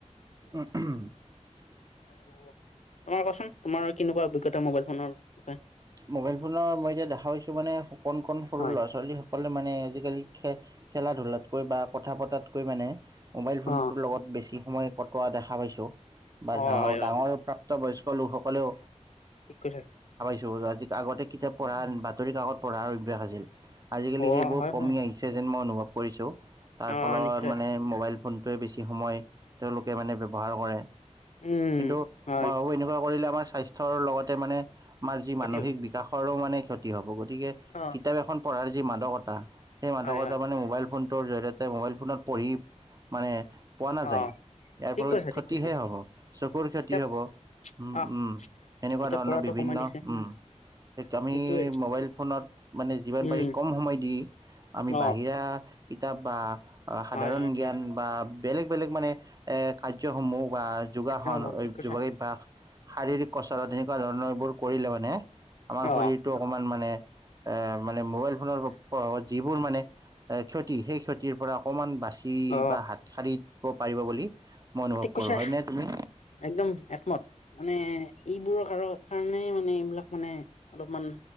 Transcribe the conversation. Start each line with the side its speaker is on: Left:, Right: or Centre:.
Right: <inaudible>
Left: উম কচোন তোমাৰ কেনেকুৱা অভিজ্ঞতা মোবাইল ফোনৰ বিষয়ে
Right: মোবাইল ফোনৰ মই এতিয়া দেখা পাইছো মানে কণ কণ সৰু
Left: হয়
Right: ল'ৰা ছোৱালী সকলে মানে আজিকালি খেল খেলা ধূলাতকৈ বা কথা পতাতকৈ মানে মোবাইল ফোনটোৰ
Left: অ
Right: লগত বেছি সময় কটোৱা দেখা পাইছোঁ । বা
Left: অ
Right: ডাঙৰ
Left: হয় হয়
Right: ডাঙৰ প্ৰাপ্ত বয়স্ক লোকসকলেও
Left: ঠিক কৈছা
Right: <unintelligible> আগতে কিতাপ পঢ়া বাদ বাতৰি কাকত পঢ়াৰ অভ্যাস আছিল আজিকালি
Left: অ
Right: সেইবোৰ
Left: হয়
Right: কমি
Left: হয়
Right: আহিছে যেন মই অনুভৱ কৰিছোঁ তাৰ
Left: অ
Right: ফলত
Left: নিশ্চয়
Right: মানে মোবাইল ফোনটোৱে বেছি সময় তেওঁলোকে মানে ব্যৱহাৰ কৰে।
Left: উম
Right: কিন্তু
Left: হয়
Right: মই ভাবো এনেকুৱা কৰিলে আমাৰ স্বাস্থ্যৰ লগতে মানে আমাৰ যি
Left: ক্ষতি
Right: মানসিক
Left: হ'ব
Right: বিকাশৰো মানে ক্ষতি হ'ব গতিকে
Left: অ
Right: কিতাপ এখন পঢ়াৰ যি মাদকতা বাহ সেই মাদকতা
Left: হয় হয়
Right: মানে মোবাইল ফোনটোৰ জৰিয়তে মোবাইল ফোনত পঢ়ি মানে পোৱা নাযায়
Left: অ
Right: ইয়াৰ
Left: ঠিক
Right: ফলত
Left: কৈছা
Right: ক্ষতিহে
Left: ঠিক কৈছা
Right: হ'ব চকুৰ ক্ষতি
Left: কিতাপ
Right: হ'ব উম
Left: আহ
Right: উম সেনেকুৱা
Left: কিতাপ
Right: ধৰণৰ
Left: পঢ়াটো
Right: বিভিন্ন
Left: কমাই দিছে
Right: উম আমি
Left: সেইটোৱে
Right: মোবাইল ফোনত মানে যিমান
Left: উম
Right: পাৰি কম সময় দি আমি
Left: অ
Right: বাহিৰা কিতাপ বা সাধাৰণ
Left: হয় হয়
Right: জ্ঞান
Left: হয়
Right: বা বেলেগ বেলেগ মানে এ কাৰ্যসমূহ বা যোগাসন
Left: একদম ঠিক কৈছা
Right: যোগভ্যাস শাৰীৰিক কচৰত তেনেকুৱা ধৰণৰ এইবোৰ কৰিলে মানে আমাৰ
Left: অ
Right: শৰীৰটো অকমান মানে এ মানে মোবাইল ফোনৰ প্ৰভাৱত যিবোৰ মানে এ ক্ষতি সেই ক্ষতিৰ পৰা অকমান বাচি বাছি
Left: অ
Right: বা হাতসাৰি ক'ব পাৰিব বুলি মই অনুভৱ
Left: ঠিক কৈছো
Right: কৰোঁ হয়নে তুমি?
Left: একদম একমত মানে এইবোৰৰ কাৰ কাৰণে মানে এইবিলাক মানে অলপমান